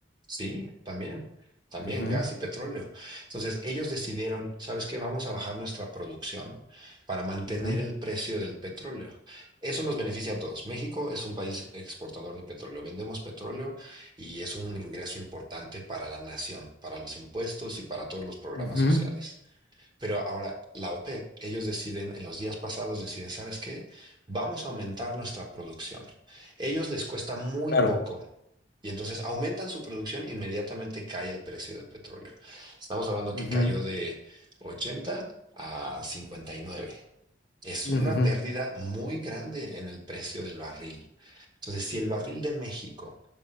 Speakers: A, on the right; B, on the left.
A: Sí, también, también
B: Ujú,
A: gas y petróleo. Entonces ellos decidieron, ¿sabes qué? Vamos a bajar nuestra producción para mantener
B: ujú,
A: el precio del petróleo. Eso nos beneficia a todos. México es un país exportador de petróleo. Vendemos petróleo y es un ingreso importante para la nación, para los impuestos y para todos los programas
B: ujú,
A: sociales. Pero ahora, la OPEP, ellos deciden, en los días pasados deciden, ¿sabes qué? Vamos a aumentar nuestra producción. Ellos les cuesta muy
B: Claro.
A: poco. Y entonces aumentan su producción, inmediatamente cae el precio del petróleo. Estamos hablando
B: ujú,
A: que cayó de 80 a 59. Es
B: ujú,
A: una pérdida muy grande en el precio del barril. Entonces, si el barril de México